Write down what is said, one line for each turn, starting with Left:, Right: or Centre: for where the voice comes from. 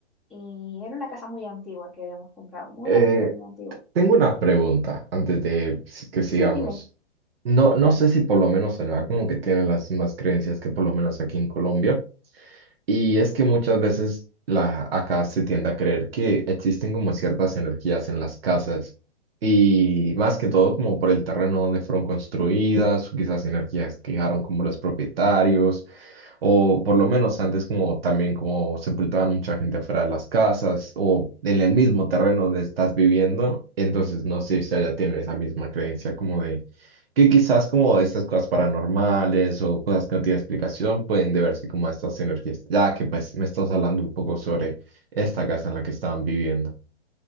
Centre: y era una casa muy antigua que habíamos comprado, muy
Right: Eh,
Centre: antigua, muy antigua.
Right: tengo una pregunta antes de s- que sigamos.
Centre: Sí, dime.
Right: No, no sé si por lo menos allá como que tienen las mismas creencias que por lo menos aquí en Colombia. Y es que muchas veces la, acá se tiende a creer que existen como ciertas energías en las casas y más que todo como por el terreno donde fueron construidas, o quizás energías que dejaron como los propietarios o por lo menos antes como también como sepultaban mucha gente afuera de las casas o en el mismo terreno donde estás viviendo. Entonces no sé si allá tienen esa misma creencia como de que quizás como estas cosas paranormales o cosas que no tienen explicación pueden deberse como a estas energías. Ya que pues me estás hablando un poco sobre esta casa en la que estaban viviendo.